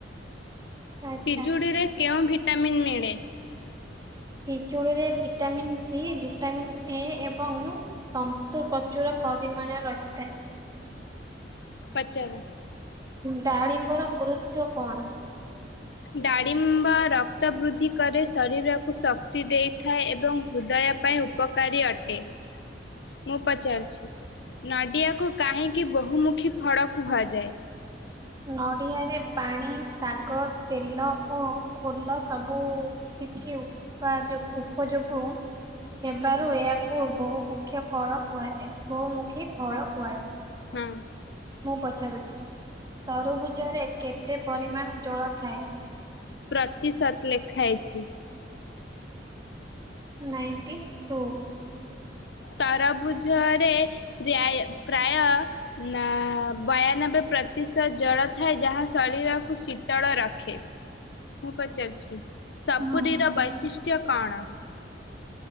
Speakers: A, on the right; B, on the left.
A: ଆଚ୍ଛା।
B: ପିଜୁଡ଼ିରେ କେଉଁ ଭିଟାମିନ୍ ମିଳେ?
A: ପିଜୁଳିରେ ଭିଟାମିନ୍ ସି, ଭିଟାମିନ୍ ଏ ଏବଂ ତନ୍ତୁ ପ୍ରଚୁର ପରିମାଣ ରହିଥାଏ।
B: ପଚାର।
A: ଡାଳିମ୍ବର ଗୁରୁତ୍ୱ କଣ?
B: ଡାଳିମ୍ବ ରକ୍ତ ବୃଦ୍ଧି କରେ ଶରୀରକୁ ଶକ୍ତି ଦେଇଥାଏ ଏବଂ ହୃଦୟ ପାଇଁ ଉପକାରୀ ଅଟେ।
A: ହ
B: ମୁଁ ପଚାରୁଛି, ନଡିଆକୁ କାହିଁକି ବହୁମୁଖୀ ଫଳ କୁହାଯାଏ?
A: ହ ନଡ଼ିଆରେ ପାଣି, ଶାଗ, ତେଲ ଓ ଖୋଲ ସବୁ କିଛି ଉପାଯୋ ଉପଯୋଗୁ ହେବାରୁ ଏହାକୁ ବହୁମୁଖ୍ୟ ଫଳ କୁହାଯାଏ ବହୁମୁଖୀ ଫଳ କୁହାଯାଏ।
B: ହୁଁ।
A: ମୁଁ ପଚାରୁଛି, ତରୁଭୁଜରେ କେତେ ପରିମାଣ ଜଳ ଥାଏ?
B: ପ୍ରତିଶତ୍ ଲେଖା ହେଇଛି।
A: Ninety two.
B: ତରଭୁଜରେ ପ୍ରାୟ ପ୍ରାୟ ନା ବୟାନବେ ପ୍ରତିଶତ ଜଳ ଥାଏ ଯାହା ଶରୀରକୁ ଶୀତଳ ରଖେ। ମୁଁ ପଚାରୁଛି, ସପୁରୀର
A: ହୁଁ।
B: ବୈଶିଷ୍ଟ୍ୟ କଣ?